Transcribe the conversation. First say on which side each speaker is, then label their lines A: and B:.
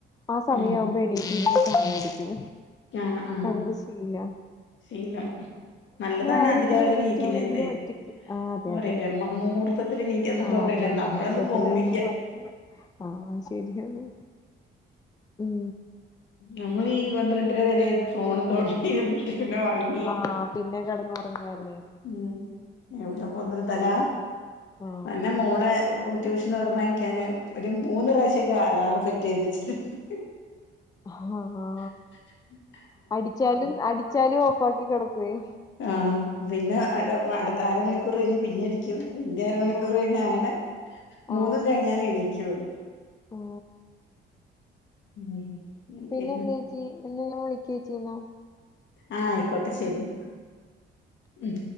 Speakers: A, on the left (about 20°); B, on the left (about 70°).
A: ആ സമയാവുമ്പോ
B: ഉം
A: എണീ <unintelligible> ചായ കുടിക്കും
B: ആഹ് ആഹ്
A: അ ഒരു ശീലവാ
B: ശീലം നല്ലതാണ്
A: ആരെങ്കിലും
B: അതി രാവിലെ
A: എണീറ്റില്ലെങ്കിലും
B: ണീക്കുന്നത്.
A: ഒറ്റക്ക്
B: ഞാൻ
A: ആ അതെ അതെ
B: പറയട്ടെ
A: അതെ
B: ബ്രഹ്മ മുഹൂർ ത്തത്തില് എണീക്കാന്നൊക്കെ
A: ആ
B: പറയില്ലെ.
A: ബ്രഹ്മമുഹൂർത്തത്തില്
B: നമ്മളൊന്നും പൊങ്ങില്ല
A: അതെ അതെ ആ ശരിയാണ് ഉം
B: നമ്മളീ പന്ത്രണ്ടര വരെ ഫോണും തോണ്ടി ഇരുന്നിട്ട് പിന്നെ ഒറങ്ങി
A: ആ പിന്നെ കിടന്നുറങ്ങല്ലേ
B: ഉം എവ്ടെ പൊന്ത് ണ് തല.
A: ആ
B: പിന്നെ മോളെ ട്യൂഷൻ പറഞ്ഞയക്കാൻ ഒരു മൂന്ന് പ്രാവശ്യോക്കെ അലാറം സെറ്റ് ചെയ്ത ച്ചിട്ട്ണ്ട്
A: അഹ ആഹ്
B: ഉം
A: അടിച്ചാലും അടിച്ചാലും ഓഫാക്കി ക്കെടക്ക്‌വേയ്
B: ആഹ് പിന്നെ അ അടുത്ത അരമണി ക്കൂർ കഴിഞ്ഞ് പിന്നെ അടിക്കും പിന്നിം അര മണിക്കൂർ
A: ആ
B: കഴിഞ്ഞ് അങ്ങനെ മൂന്നും
A: ആ
B: കഴിഞ്ഞാലെ എണിക്ക്യൊള്ളു
A: ആ
B: ഉം എനിക്കന്നെ
A: പിന്നെ എന്തേച്ചി എന്ന ഞാന് വിളിക്കേച്ചീന്നാ
B: ആഹ് ആയിക്കോട്ടെ ശരി ന്നാ മ്